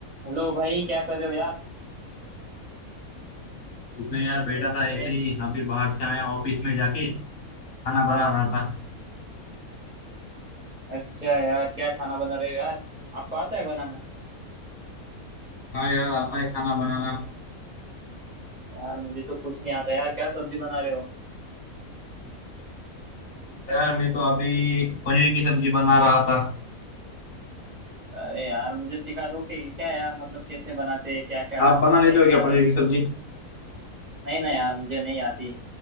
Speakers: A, on the right; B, on the left.
A: Hello भाई क्या कर रहे हो यार
B: उसने यार
A: इतनी
B: बैठा
A: रात
B: था
A: गए
B: ऐसे ही अभी बाहर से आया ऑफिस में जाके खाना
A: हाँ
B: बना रहा था
A: अच्छा यार क्या खाना बना रहे हो यार आपको आता है बनाना
B: हाँ यार आता है खाना बनाना
A: यार मुझे तो कुछ नहीं आता यार क्या सब्जी बना रहे हो
B: यार मैं तो अभी पनीर की सब्जी बना रहा था
A: अरे यार मुझे सिखा दो कि क्या यार मतलब कैसे बनाते हैं क्या क्या डालना
B: आप बना
A: होता
B: लेते
A: है क्या
B: हो क्या
A: नहीं
B: पनीर की सब्जी
A: नहीं ना यार मुझे नहीं आती